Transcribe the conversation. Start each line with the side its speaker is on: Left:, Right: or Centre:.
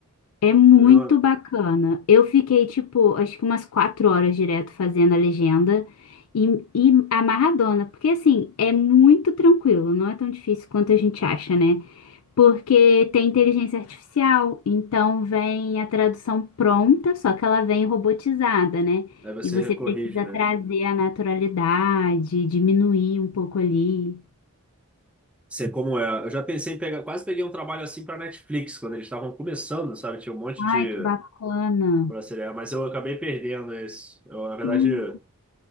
Left: É muito
Centre: Eu já...
Left: bacana. Eu fiquei, tipo, acho que umas quatro horas direto fazendo a legenda e, e amarradona, porque assim, é muito tranquilo, não é tão difícil quanto a gente acha, né? Porque tem inteligência artificial, então vem a tradução pronta, só que ela vem robotizada, né?
Centre: Aí você
Left: E você
Centre: recorrige,
Left: precisa
Centre: né?
Left: trazer a naturalidade, diminuir um pouco ali.
Centre: Sei como é. Eu já pensei em pegar... Quase peguei um trabalho assim para Netflix, quando eles estavam começando, sabe? Tinha um monte de...
Left: Ai, que bacana.
Centre: Pra seriar, mas eu acabei perdendo esse. Eu, na verdade,
Left: Hum,
Centre: eu